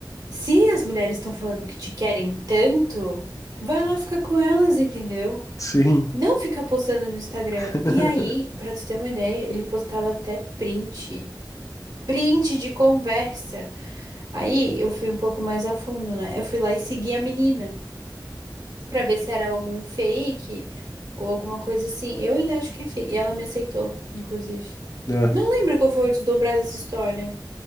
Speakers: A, on the right (about 55°); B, on the left (about 40°).
A: se as mulheres estão falando que te querem tanto, vai lá ficar com elas, entendeu?
B: sim.
A: Não ficar postando no Instagram.
B: <laughs>
A: E aí, pra tu ter uma ideia, ele postava até print. Print de conversa. Aí eu fui um pouco mais a fundo, né? Eu fui lá e segui a menina pra ver se era algum fake ou alguma coisa assim. Eu ainda acho que é fake. E ela me aceitou, inclusive.
B: Ah.
A: Não lembro qual foi o desdobrar dessa história.